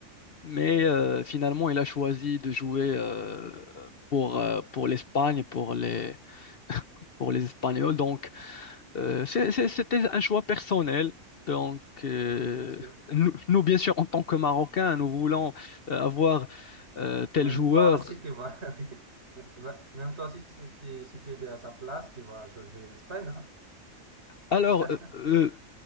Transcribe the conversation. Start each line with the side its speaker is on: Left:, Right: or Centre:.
Left: Mais
Right: oui,
Left: euh, finalement, il a choisi de jouer euh, pour, euh, pour l'Espagne, pour les, pour les Espagnols. Donc, euh, c'est- c'est- c'était un choix personnel. Donc, euh,
Right: oui, bien sûr.
Left: nous, nous, bien sûr, en tant que Marocains, nous voulons euh, avoir euh, tel
Right: Même
Left: joueur.
Right: toi aussi, tu vois. <laughs> oui. Même même toi aussi, si tu, si tu étais à sa place, tu vois, José l'Espagne, hein?
Left: Alors,
Right: <laughs>
Left: euh, euh,